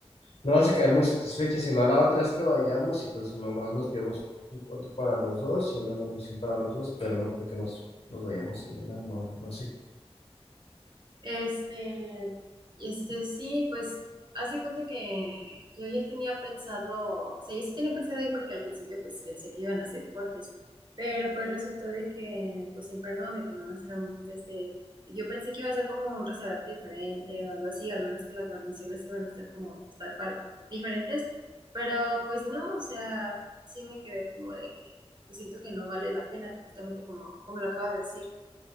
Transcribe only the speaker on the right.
Este, este, sí, pues, haz de cuenta que yo ya tenía pensado, o sea, yo sí tenía pensado ir porque al principio, pues, pensé que iban a hacer cortes, pero pues resultó de que, pues, siempre no, de que nomás era un, de este, yo pensé que iba a ser como un restaurante diferente o algo así, al menos que las guarniciones iban a estar como, pues, tal cual, diferentes, pero pues no, o sea, sí me quedé como de que, pues, siento que no vale la pena, justamente como, como lo acabo de decir.